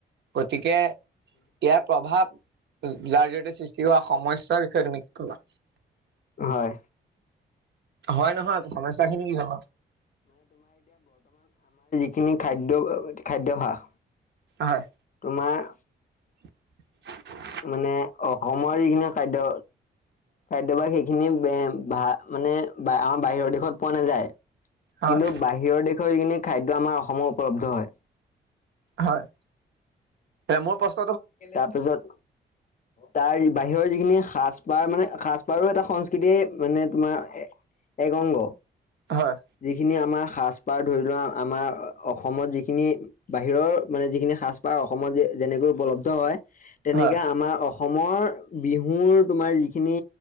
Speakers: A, on the right; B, on the left.
A: গতিকে ইয়াৰ প্ৰভাৱ যাৰ জৰিয়তে সৃষ্টি হোৱা সমস্যাৰ বিষয়ে তুমি কলা।
B: হয়।
A: হয় নহয় সমস্যাখিনি কি হয়।
B: খিনি খাদ্য খাদ্যাভাস।
A: হয়
B: তোমাৰ।
A: <unintelligible>
B: মানে অসমৰ যিখিনি খাদ্য। খাদ্যভাগ সেইখিনি ভা মানে আমাৰ বাহিৰৰ দেশত পোৱা নাযায়।
A: হয়
B: কিন্তু বাহিৰৰ দেশৰ যখিনি খাদ্য আমাৰ অসমৰ উপলব্ধ হয়।
A: হয়। এ মোৰ প্ৰশ্ন
B: তাৰপিছত তাৰ বাহিৰৰ যিখিনি সাজ পাৰ মানে সাজপাৰো এটা সংস্কৃতিয়ে মানে তোমাৰ এক অংগ।
A: হয়
B: যিখিনি আমাৰ সাজ-পাৰ ধৰি লোৱা আমাৰ অসমত যিখিনি বাহিৰৰ মানে যিখিনি সাজ-পাৰ অসমত যে যেনেকৈ উপলব্ধ হয় তেনেকে
A: হয়
B: আমাৰ অসমৰ বিহুৰ তোমাৰ যিখিনি